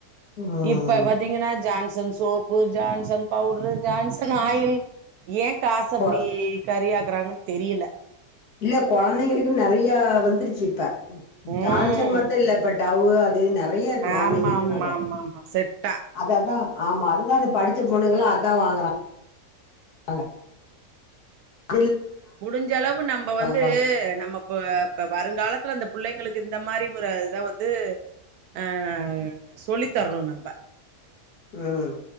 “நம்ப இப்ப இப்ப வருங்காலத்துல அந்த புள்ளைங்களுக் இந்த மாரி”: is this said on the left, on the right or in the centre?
Right